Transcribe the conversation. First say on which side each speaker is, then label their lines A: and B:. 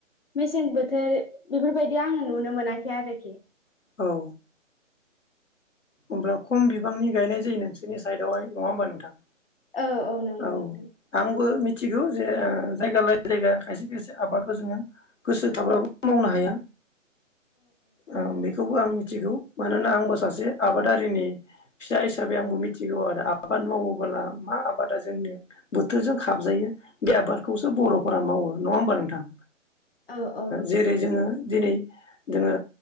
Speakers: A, on the left; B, on the left.
A: मेसें बोथोर बेफोरबायदि आङो नुनो मोनाखै आरोखि।
B: औ हब्ला खम बिबांनि गायनाय जायो नोंसोरनि साइदआवहाय नङा होमबा नोंथां
A: औ नंगौ
B: औ
A: नोंथां
B: आंबो मिथिगौ जे जायगा लाय जायगा खायसे खायसे आबादखौ जोङो गोसो थाबाबबो मावनो हाया। औ बेखौबो आं मिथि थिगौ मानोना आंबो सासे आबादारिनि फिसा हिसाबै आंबो मिथिगौ आरो आबाद मावोबोला मा आबादा जोंनि बोथोरजों खाबजायो बे आबादखौसो बर'फोरा मावो नंङा होमबा नोंथां
A: औ औ नोंथां
B: जेरै जोङो दिनै जोङो